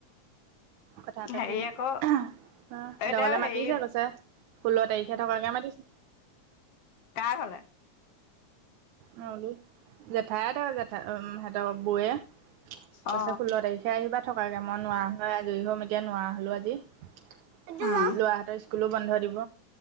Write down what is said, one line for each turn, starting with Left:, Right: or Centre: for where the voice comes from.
Right: কথা পাতি
Left: হেৰি
Right: অ
Left: আকৌ
Right: সিহঁতৰ
Left: এতিয়া
Right: ঘৰলে
Left: হেৰি
Right: মাতিছে কৈছে। ষোল্ল তাৰিখে থকাকে মাতিছে।
Left: কা ঘলে?
Right: নলী জেঠাই হতৰ জেঠা উম সিহঁতৰ বৌয়ে কৈছে
Left: অ
Right: ষোল্ল তাৰিখ আহিবা থকাকে মই নোৱা হয় আজৰি হম এতিয়া নোৱা হলো আজি এইটো
Left: উম
Right: ল লৰাহত স্ক স্কুলো বন্ধ দিব